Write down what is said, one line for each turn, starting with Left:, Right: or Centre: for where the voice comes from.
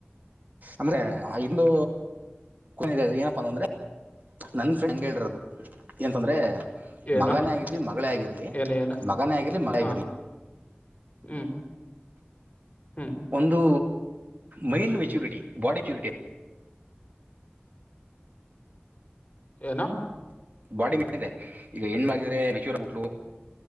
Right: ಅಂದ್ರೆ ಇಂದು ಇದನ ಏನಪ್ಪ ಅಂತ ಅಂದ್ರೆ ನನ್ ಫ್ರೆಂಡ್ಂಗ್ ಹೇಳರದು ಎಂತಂದ್ರೆ
Left: ಏನು
Right: ಮಗನೇ ಆಗಿರ್ಲಿ ಮಗಳೇ ಆಗಿರ್ಲಿ
Left: ಏನು ಏನು
Right: ಮಗನೇ ಆಗಿರ್ಲಿ ಮಗಳ
Left: ಹಾ
Right: ಆಗಿರ್ಲಿ
Left: ಹ್ಮ್ ಹ್ಮ್
Right: ಒಂದು ಮೈಂಡ್ ಮೆಚ್ಯೂರಿಟಿ ಬಾಡಿ ಮೆಚ್ಯೂರಿಟಿ
Left: ಏನು
Right: ಬಾಡಿ ಮೇ ಇದೆ ಈಗ ಹೆಣ್ಣ್ಗಿದ್ರೆ ಮೆಚ್ಯೂರ್ ಆಗ್ಬಿಟ್ಲು